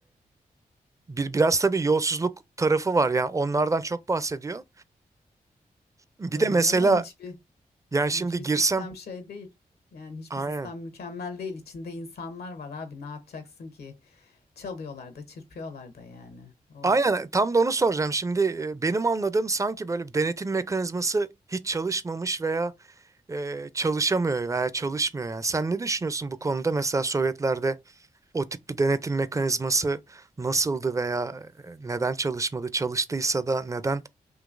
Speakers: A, on the right (about 20°); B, on the left (about 85°).
A: bir biraz tabii yolsuzluk tarafı var yani onlardan çok bahsediyor. Bir
B: Tabii
A: de mesela
B: canım hiçbir
A: yani
B: hiçbir
A: şimdi girsem
B: sistem şey değil. Yani hiçbir
A: aynen.
B: sistem mükemmel değil. İçinde insanlar var abi. Ne yapacaksın ki? Çalıyorlar da çırpıyorlar da yani. O.
A: Aynen tam da onu soracağım. Şimdi e, benim anladığım sanki böyle bir denetim mekanizması hiç çalışmamış veya e, çalışamıyor veya çalışmıyor yani. Sen ne düşünüyorsun bu konuda? Mesela Sovyetlerde o tip bir denetim mekanizması nasıldı veya e, neden çalışmadı? Çalıştıysa da neden